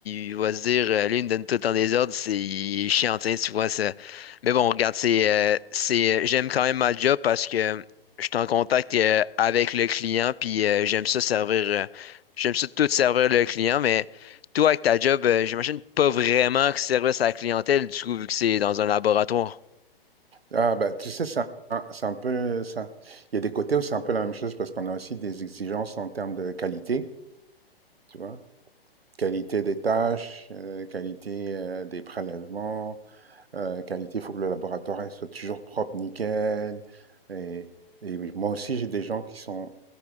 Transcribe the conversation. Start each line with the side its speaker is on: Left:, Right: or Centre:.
Left: il va se dire euh, lui, il me donne tout le temps des ordres, c'est il est chiant, tiens, tu vois ça. Mais bon, regarde, c'est euh, c'est euh, j'aime quand même ma job parce que je suis en contact euh, avec le client, puis euh, j'aime ça servir euh, j'aime ça tout servir le client, mais toi avec ta job, euh, j'imagine pas vraiment que service à la clientèle, du coup, vu que c'est dans un laboratoire.
Right: Ah, bah, tu sais, c'est un, c'est un peu ça. Il y a des côtés où c'est un peu la même chose parce qu'on a aussi des exigences en termes de qualité, tu vois. Qualité des tâches, euh, qualité euh, des prélèvements, euh, qualité, il faut que le laboratoire soit toujours propre, nickel. Et, et oui, moi aussi, j'ai des gens qui sont